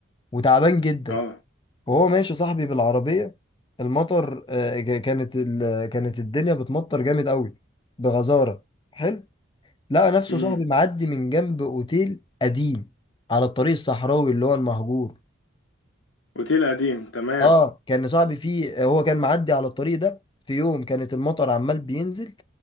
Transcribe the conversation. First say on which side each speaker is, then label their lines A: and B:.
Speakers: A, on the left; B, on the left.
A: وتعبان جدا
B: اه
A: وهو ماشي صاحبي بالعربية المطر آه، ج- كانت ال... كانت الدنيا بتمطر جامد قوي بغزارة حلو لقى نفسه
B: امم
A: صاحبي معدي من جنب اوتيل قديم على الطريق الصحراوي اللي هو المهجور
B: اوتيل قديم تمام
A: اه كان صاحبي فيه هو كان معدي على الطريق ده في يوم كانت المطر عمال بينزل